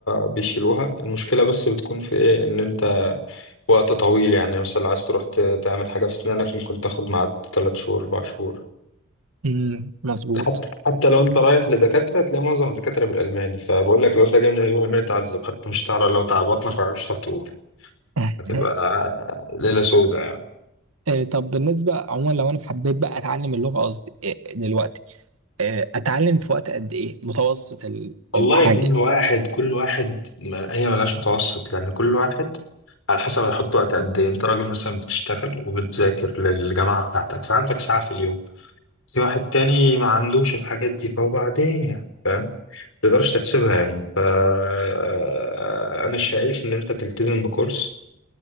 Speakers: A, on the left; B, on the right.
A: بيشيلوها المشكله بس بتكون في ايه ان انت وقت طويل يعني مثلا عايز تروح ت- تعمل حاجه في اسنانك ممكن تاخد معاد 3 شهور 4 شهور
B: امم مظبوط
A: حتى حتى لو انت رايح لدكاتره تلاقي معظم الدكاتره بالالماني فبقول لك لو انت جاي من الالماني تعذب حتى مش تعرف لو تعبطنك مش هتعرف تقول
B: <laughs>
A: هتبقى ليله سوداء يعني
B: إيه طب بالنسبه عموما لو انا حبيت بقى اتعلم اللغه قصدي إيه دلوقتي إيه اتعلم في وقت قد ايه متوسط ال-
A: والله
B: الحاجه
A: كل واحد كل واحد ما- هي ملهاش متوسط لأن كل واحد على حسب هيحط وقت قد إيه أنت راجل مثلا بتشتغل وبتذاكر للجامعة بتاعتك فعندك ساعة في اليوم في واحد تاني ما عندوش الحاجات دي فوبعدين يعني ما تقدرش تحسبها يعني ف آه، أنا شايف إن أنت تلتزم بكورس